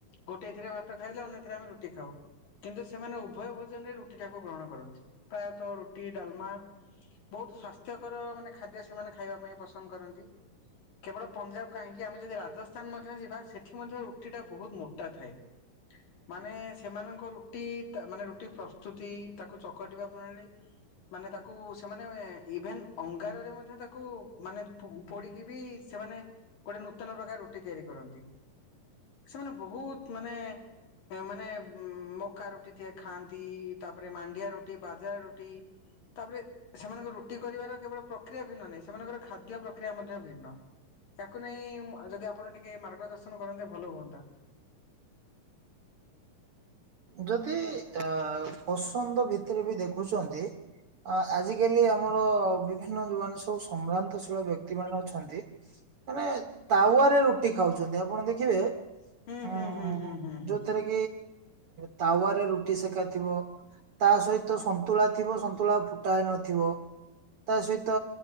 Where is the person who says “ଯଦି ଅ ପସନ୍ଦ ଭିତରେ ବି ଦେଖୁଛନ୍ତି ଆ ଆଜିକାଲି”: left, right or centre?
Right